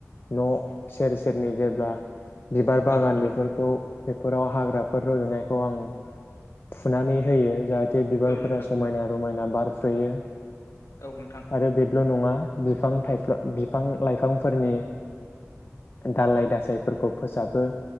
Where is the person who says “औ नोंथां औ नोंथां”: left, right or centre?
Left